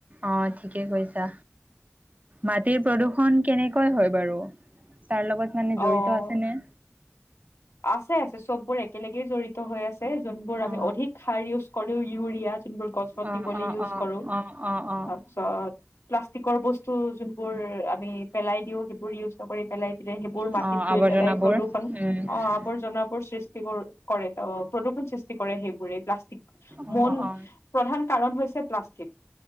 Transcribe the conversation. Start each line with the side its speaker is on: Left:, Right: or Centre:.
Right: অ ঠিকে কৈছা মাটিৰ প্ৰদূ্ষণ কেনেকৈ হয় বাৰু? তাৰ লগত মানে জড়িত
Left: অ'
Right: আছেনে
Left: আছে আছে চববোৰ একেলগেই জড়িত হৈ আছে যোনবোৰ আমি
Right: অ
Left: অধিক সাৰ কোৰৌ ইউৰিয়াা চোন গছ দিব
Right: অ অ
Left: ইজ
Right: অ
Left: কৰো
Right: অ অ অ
Left: তাৰপিছত প্লাষ্টিকৰ বস্তু যোনবোৰ আমি পেলাই দিও সেইবোৰ ইউজ নকৰি পেলাই তেতিয়া সেইবোৰ মাটিত
Right: অ
Left: গৈ
Right: আৱৰ্জনাবোৰ
Left: পেলাই প্ৰদূষণ
Right: উম
Left: অ', আৱৰ্জনাবৰ সৃষ্টি কৰে অ প্ৰদূষণ সৃষ্টি কৰে সেইবোৰে প্লাষ্টি
Right: অ
Left: মন
Right: অ
Left: প্ৰধান কাৰণ হৈছে প্লাষ্টিক।